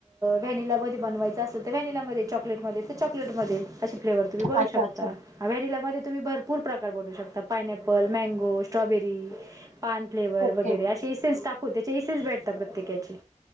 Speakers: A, on the right; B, on the right.
A: व्हॅनिलामध्ये बनवायचं व्हॅनिला मध्ये चॉकलेट मध्ये तर चॉकलेट म अशी फ्लेवर तुम्ही बनू
B: अच्छा,
A: शकता,
B: अच्छा.
A: व्हॅनिला मध्ये तुम्ही भरपूर प्रकार बनू शकता, पायनॅपल, मँगो, स्ट्रॉबेरी. पान फ्लेवर
B: ओके.
A: वगैरे असे इन्सेस टाकून त्याचे इसेस भेटता प्रत्येकाचे.